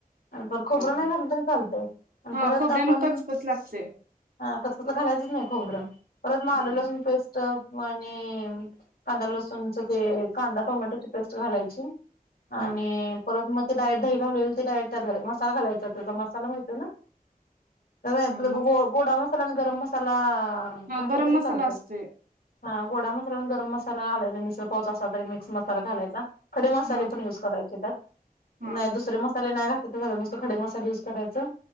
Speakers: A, on the left; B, on the right.
A: अ पर खोबरं नाही
B: हा
A: घातलं तरी चालतंय, आण परत
B: हा खोबऱ्यानं
A: आपण.
B: कचकच लागते
A: हा कच, कच, ला घालायचच नाही खोबरं. परत म आल,
B: ह
A: लसूण पेस. आणि कांदा, लसूण च ते कांदा टोमॅटोची पेस्ट घालायची.
B: हा
A: आणि परत मग. ते डायरट दही, लावले ते डायरेट, त्यात घालायचे मसाला घालायचा त त्याचा मसाला मिळतो ना. आपल
B: हा मग
A: गो गोडा मस गरम, गरम मसाला. हा घातलं
B: गरम
A: तरी
B: मसाला
A: चालत
B: असतोय
A: हा गोडा मस गरम मसाला घालायचा, मिश्र पावूच असा तरी मिक्स मसाला घालायचा. खडे मसाले.
B: हा
A: ते पण यूज करायचे का,
B: हा
A: नाय दुसरे मं. मले नाही <unintelligible> नूसत खडे मसाले युज करायचं.